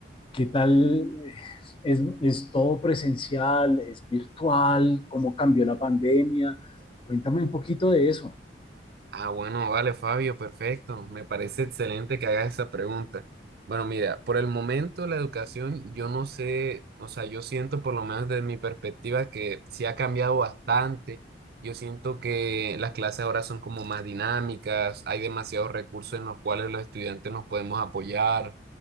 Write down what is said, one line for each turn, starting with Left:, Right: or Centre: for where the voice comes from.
Left: ¿Qué tal? eh, Es, es todo presencial, es virtual, cómo cambió la pandemia. Cuéntame un poquito de eso
Right: Ah, bueno, vale, Fabio, perfecto. Me parece excelente que hagas esa pregunta. Bueno, mira, por el momento la educación, yo no sé, o sea, yo siento por lo menos desde mi perspectiva que sí ha cambiado bastante. Yo siento que las clases ahora son como más dinámicas, hay demasiados recursos en los cuales los estudiantes nos podemos apoyar,